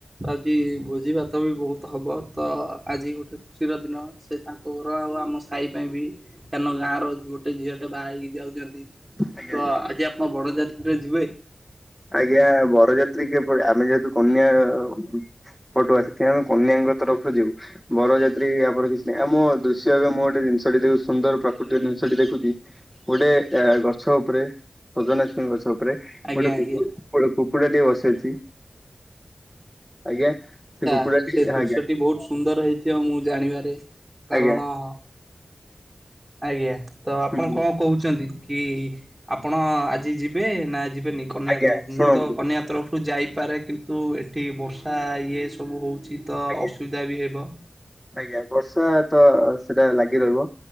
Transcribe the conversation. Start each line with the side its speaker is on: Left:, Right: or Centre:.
Right: ଆଜି ଭୋଜି ଭାତ ବି ବୋହୁତ ହବ ତ-ଅ ଆଜି ଗୋଟେ ସିର ଦିନ ସେ ତାଙ୍କ ଘର ଆଉ ଆମ ସାଇ ପାଇଁ ବି କାର୍ନ ଗାଁର ଗୋଟେ ଝିଅଟେ ବାହା ହେଇକି ଯାଉଛନ୍ତି।
Centre: ଆଜ୍ଞା
Right: ତ ଆଜି ଆପଣ ବଡ ଯାତ୍ରୀରେ ଯିବେ?
Centre: ଆଜ୍ଞା ବରଯାତ୍ରୀ କେବେ ଆମେ ଯେହେତୁ କନ୍ୟା-ଆ ପଟୁ ଆଶୁ ଥିବା କନ୍ୟାଙ୍କ ତରଫରୁ ଯିବୁ। ବରଯାତ୍ରୀ ଆମର କିଛି ନାହିଁ ଆମୋ-ଓ ଦୃଶ୍ୟ ଏବେ ମୁଁ ଗୋଟେ ଜିନିଷଟି ଦେଖୁଚି ସୁନ୍ଦର ପ୍ରାକୃତିକ ଜିନିଷଟି ଦେଖୁଚି। ଗୋଟେ ଏ ଗଛ ଉପରେ, ସଜନାଛୁଇଁ ଗଛ ଉପରେ,
Right: ଆଜ୍ଞା
Centre: ଗୋଟେ
Right: ଆଜ୍ଞା।
Centre: କୁ ଗୋଟେ କୁକୁଡ଼ାଟିଏ ବସିଅଛି, ଆଜ୍ଞା। ସେ
Right: ଆଛା,
Centre: କୁକୁଡ଼ାଟି
Right: ସେ ଦୃଶ୍ୟଟି
Centre: ଆଜ୍ଞା
Right: ବୋହୁତ ସୁନ୍ଦର ହେଇଥିବ ମୁଁ ଜାଣିବାରେ, କାରଣ-ଅ
Centre: ଆଜ୍ଞା
Right: ଆଜ୍ଞା, ତ ଆପଣ
Centre: ହୁଁ
Right: କଁ କହୁଛନ୍ତି, କି ଆପଣ-ଅ ଆଜି ଯିବେ ନା ଯିବେନି? କନ୍ୟା
Centre: ଆଜ୍ଞା
Right: ତରୁ,
Centre: ଶୁଣନ୍ତୁ
Right: ମୁଁ ତ କନ୍ୟା ତରଫ ରୁ ଯାଇପାରେ, କିନ୍ତୁ-ଉ ଏଠି ବର୍ଷା ଇଏ ସବୁ ହୋଉଛି ତ
Centre: ଆଜ୍ଞା
Right: ଅସୁବିଧା ବି ହେବ।
Centre: ଆଜ୍ଞା, ବର୍ଷା ତ ଅ ସେଟା ଲାଗି ରହିବ,